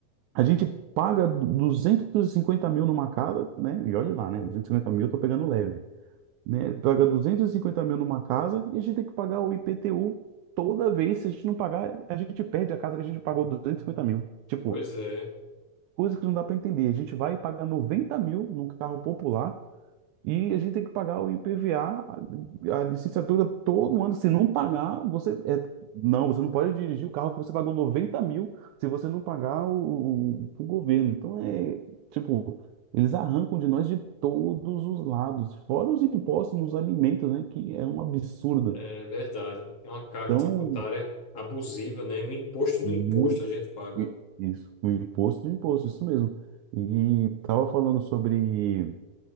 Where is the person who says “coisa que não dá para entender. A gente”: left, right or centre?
Right